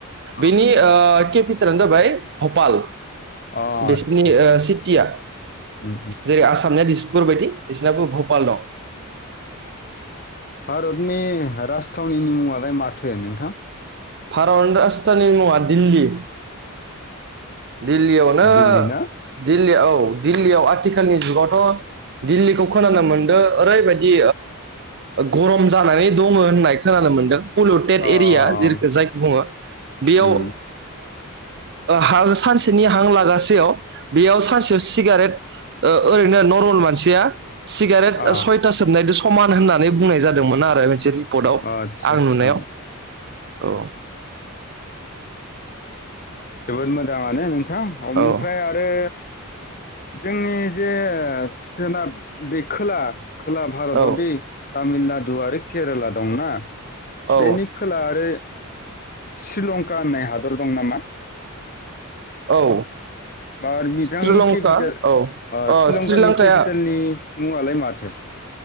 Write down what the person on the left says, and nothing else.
अ
अ
आतसा आतसा
उम
भारतनि थावनि मुङालाय माथो नोंथां
दिल्ली ना
अ
उम
अ
आतसा
आतसा
जोबोद मोजाङानो नोंथां ओमफ्राय
आरो जोंनि जे सोनाब दैखोला खोला भारताव
दै तामिलनाडु आरो केरेला दंना
बेनि खोला आरो श्रीलंका होननाय हादर दं नामा
आरो बिथांनि
केपिटेल
श्रीलंकानि
केपिटेलनि मुं आलाय माथो